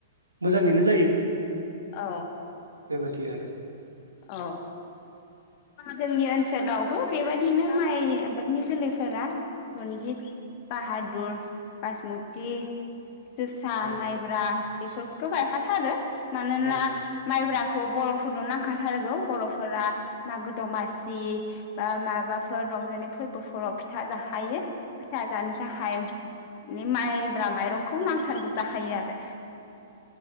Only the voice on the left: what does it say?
औ
औ जोंनि ओनसोलावबो बेबायाददिनो माइ आबादनि जोलैफोरा रनजित बाहादुर बाइसमुति। जोसा
माइब्रा बेफोरखौथ' गायखाथारो । हो मानोना
माइब्रा खौ बर'फोरनो नांखाथा थारगौ बर'फोरहा मागो दमासि ओम माबाफोर रंजानाय फोरबोफोराव फिथा जाखायो फिथा जानो थाखाय माइब्रा माइरंखौ नांथारगौ जाखायो आरो।